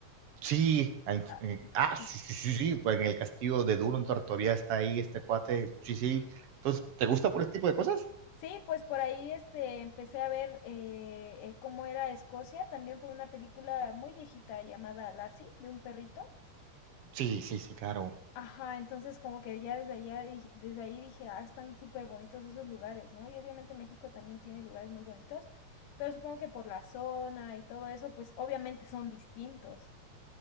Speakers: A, on the right; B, on the left.
A: Sí, en-
B: Ah,
A: en- ah, sí,
B: sí.
A: sí, sí, sí, pues en el castillo de Durandor todavía está ahí este cuate, sí, sí. Entonces, ¿te gusta por este tipo de cosas?
B: Sí, pues por ahí este, empecé a ver eh, eh, cómo era Escocia, también por una película muy viejita llamada Lassie, de un perrito.
A: Sí, sí, sí, claro.
B: Ajá, entonces como que ya desde allá, di- desde ahí dije, ah, están súper bonitos esos lugares, ¿no? Y obviamente México también tiene lugares muy bonitos, pero supongo que por la zona y todo eso, pues obviamente son distintos. <laughs>